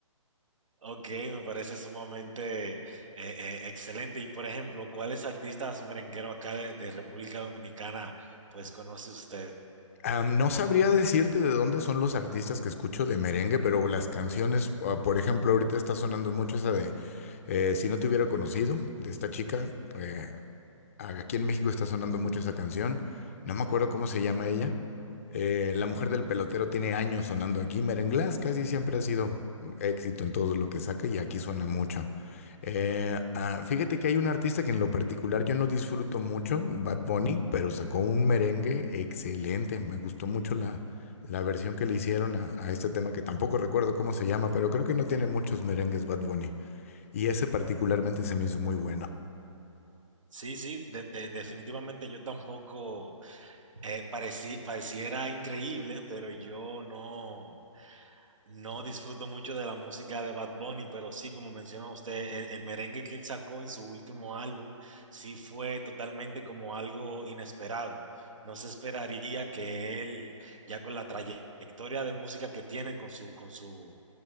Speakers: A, on the right; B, on the left.
A: Ok, me parece sumamente eh, eh, excelente. Y por ejemplo, ¿cuáles artistas merengueros acá de, de República Dominicana pues conoce usted?
B: Am, no sabría decirte de dónde son los artistas que escucho de merengue, pero las canciones, ah, por ejemplo, ahorita está sonando mucho esa de eh, Si no te hubiera conocido, de esta chica. eh, aquí en México está sonando mucho esa canción. No me acuerdo cómo se llama ella. Eh, La mujer del pelotero tiene años sonando aquí. Merenglass casi siempre ha sido un éxito en todo lo que saca y aquí suena mucho. Eh, ah, fíjate que hay un artista que en lo particular yo no disfruto mucho, Bad Bunny, pero sacó un merengue excelente. Me gustó mucho la, la versión que le hicieron a, a este tema, que tampoco recuerdo cómo se llama, pero creo que no tiene muchos merengues Bad Bunny. Y ese particularmente se me hizo muy bueno.
A: Sí, sí, de- de- definitivamente yo tampoco eh, pareci- pareciera increíble, pero yo no. No disfruto mucho de la música de Bad Bunny, pero sí, como menciona usted, el, el merengue que él sacó en su último álbum sí fue totalmente como algo inesperado. No se esperaría que él, ya con la trayectoria de música que tiene, con su, con su,